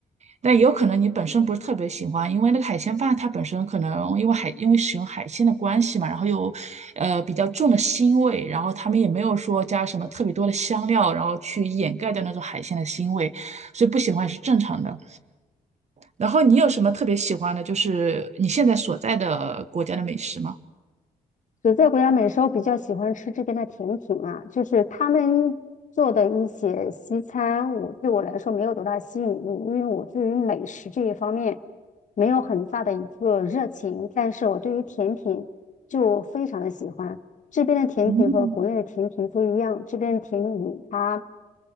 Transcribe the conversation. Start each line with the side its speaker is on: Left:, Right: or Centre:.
Right: 但也有可能你本身不是特别喜欢，因为那个海鲜饭它本身可能因为海因为使用海鲜的关系嘛，然后又呃比较重的腥味，然后他们也没有说加什么特别多的香料，然后去掩盖掉那种海鲜的腥味，所以不喜欢也是正常的。然后你有什么特别喜欢的，就是你现在所在的国家的美食吗？
Left: 所在国家美食，我比较喜欢吃这边的甜品啊，就是他们做的一些西餐，我对我来说没有多大吸引力，因为我对于美食这一方面没有很大的一个热情，但是我对于甜品就非常的喜欢。这边的甜品和国内的甜品不一样，
Right: 嗯，
Left: 这边的甜品它